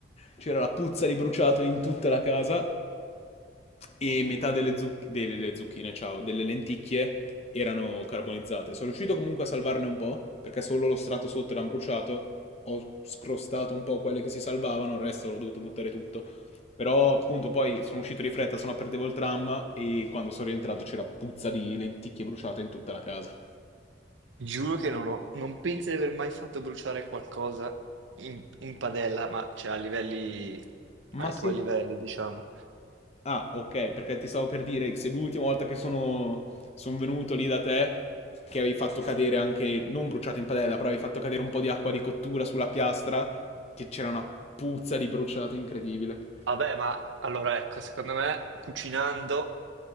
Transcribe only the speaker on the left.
C'era la puzza di bruciato in tutta la casa e metà delle, zuc- delle- delle zucchine, ciao, delle lenticchie erano carbonizzate. Sono riuscito comunque a salvarne un po', perché solo lo strato sotto era bruciato, ho scrostato un po' quelle che si salvavano, il resto l'ho dovuto buttare tutto. Però appunto poi sono uscito di fretta, sennò perdevo il tram e quando sono rientrato c'era puzza di lenticchie bruciate in tutta la casa.
Ma
sì,
Ah, ok, perché ti stavo per dire che se l'ultima volta che sono, son venuto lì da te, che avevi fatto cadere anche, non bruciato in padella, però avevi fatto cadere un po' di acqua di cottura sulla piastra, che c'era una puzza di bruciato incredibile.